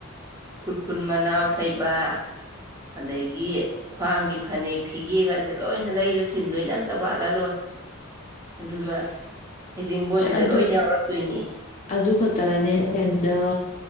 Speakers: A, on the right; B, on the left.
A: ꯈꯨꯔꯈꯨꯟ ꯃꯅꯥꯎ ꯐꯩꯕꯥꯛ ꯑꯗꯒꯤ ꯈ꯭ꯋꯥꯡꯒꯤ ꯐꯅꯦꯛ ꯐꯤꯒꯦꯒꯁꯦ ꯂꯣꯏꯅ ꯂꯩꯔ ꯊꯤꯟꯗꯣꯏꯅꯦ ꯑꯝꯇ ꯋꯥꯠꯍꯜꯂꯣꯏ ꯑꯗꯨꯒ ꯍꯩꯖꯤꯡꯕꯣꯠꯁꯤꯗ
B: ꯑꯁ ꯑꯗꯨ
A: ꯂꯣꯏ ꯌꯥꯎꯔꯛꯇꯣꯏꯅꯦ
B: ꯑꯗꯨ ꯈꯛꯇꯔꯅꯦ ꯁꯦꯟꯗꯜ